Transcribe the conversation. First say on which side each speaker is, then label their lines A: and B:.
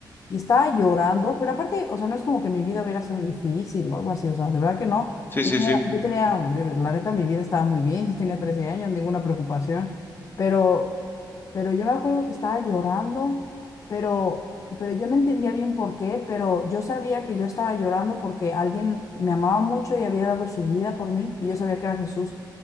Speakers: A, on the left (about 40°); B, on the left (about 25°).
A: y estaba llorando, pero aparte, o sea, no es como que mi vida hubiera sido difícil o algo así, o sea, de verdad que no.
B: Sí,
A: Yo
B: sí,
A: tenía,
B: sí.
A: yo tenía- yo- la neta, mi vida estaba muy bien, yo tenía 13 años, ninguna preocupación, pero, pero yo me acuerdo que estaba llorando pero, pero yo no entendía bien por qué, pero yo sabía que yo estaba llorando porque alguien me amaba mucho y había dado su vida por mí, y yo sabía que era Jesús,